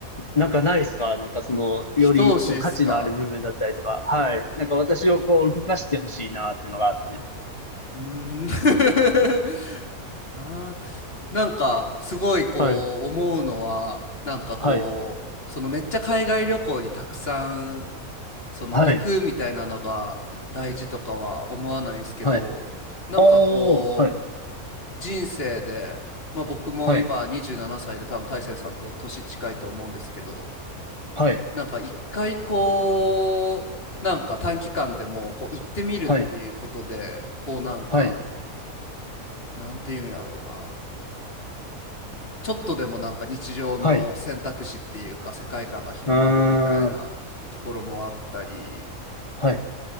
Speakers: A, on the left (about 25°); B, on the left (about 40°).
A: なんかないですかなんかその、よりその価値のある部分だったりとか、
B: 一押しっすか。
A: はい。なんか私をこう動かしてほしいなっていうのがあって。
B: うーん。<laughs> なあ、なんかすごいこう思うのは、
A: はい。
B: なんかこう、
A: はい。
B: そのめっちゃ海外旅行にたくさんその行くみたいなのが大事とかは思わないんですけど、
A: はい。はい。
B: なんかこう、
A: おー、はい。
B: 人生で、まあ、僕も今27歳で多分大成さんと年近いと思うんですけど
A: はい。はい。
B: なんか一回こうなんか短期間でもこう行ってみるっていうことでこうなんか
A: はい。はい。
B: なんていうんやろうなちょっとでもなんか日常の選択肢っていうか世界観が広まるみたいなところもあったり
A: はい。うーん。はい。